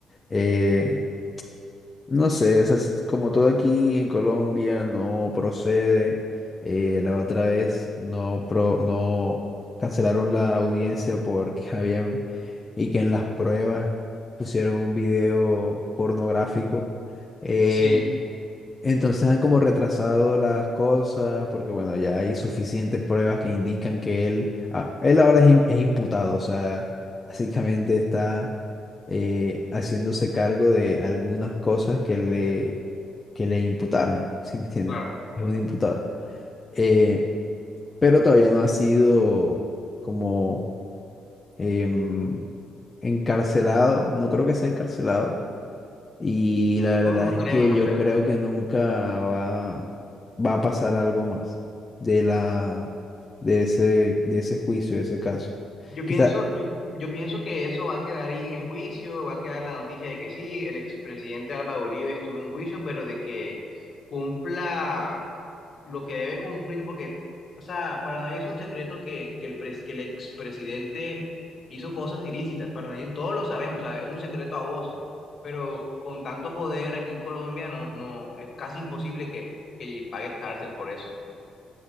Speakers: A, on the left; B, on the left.
A: Eh, no sé, esas- como todo aquí en Colombia no procede. Eh, la otra vez no, pro- no cancelaron la audiencia porque <laughs> habían y que en las pruebas pusieron un video pornográfico. eh,
B: Sí,
A: entonces han como retrasado las cosas porque, bueno, ya hay suficientes pruebas que indican que él, ah, él ahora es, im- es imputado, o sea, <laughs> básicamente está eh, haciéndose cargo de algunas cosas que le, que le imputaron, <laughs> ¿sí me entiende?
B: claro.
A: Es un imputado. Eh, pero todavía no ha sido como em, encarcelado, no creo que sea encarcelado, y la
B: No,
A: verdad
B: no
A: es
B: creo,
A: que
B: no
A: yo
B: creo.
A: creo que nunca va, va a pasar algo más de la, de ese, de ese juicio, de ese caso.
B: Yo
A: Quizá,
B: pienso, yo, yo pienso que eso va a quedar ahí en el juicio, va a quedar la noticia de que sí, el expresidente Álvaro Uribe estuvo en juicio, pero de que cumpla lo que debe cumplir, porque, o sea, para nadie es un secreto que, que el, pres- que el expresidente hizo cosas ilícitas, para nadie, todos lo sabemos, o sea, es un secreto a voces, pero con tanto poder aquí en Colombia no, no, es casi imposible que, que pagues cárcel por eso.